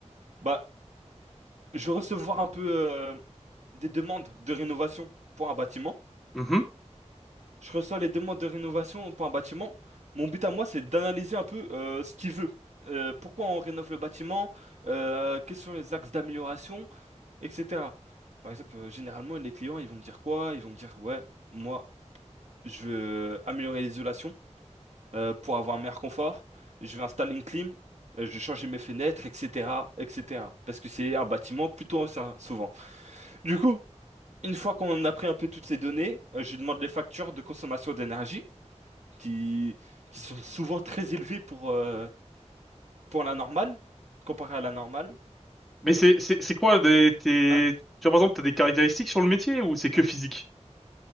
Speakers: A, on the right; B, in the centre.
A: bah je vais recevoir un peu euh, des demandes de rénovation pour un bâtiment.
B: Mhm.
A: Je reçois les demandes de rénovation pour un bâtiment. Mon but à moi, c'est d'analyser un peu euh, ce qu'il veut. Euh, pourquoi on rénove le bâtiment? Euh, quels sont les axes d'amélioration, etc. Par exemple, euh, généralement, les clients, ils vont me dire quoi? Ils vont me dire, ouais, moi, je veux améliorer l'isolation. euh, pour avoir un meilleur confort. Je vais installer une clim, euh, je vais changer mes fenêtres, etc., etc. Parce que c'est un bâtiment plutôt ancien, souvent. Du coup, une fois qu'on a pris un peu toutes ces données, euh, je demande les factures de consommation d'énergie, qui, qui sont souvent très élevées pour, euh, pour la normale, comparé à la normale.
B: Mais c'est c'est c'est quoi des tes
A: Ah,
B: tu vois par exemple t'as des caractéristiques sur le métier ou c'est que physique?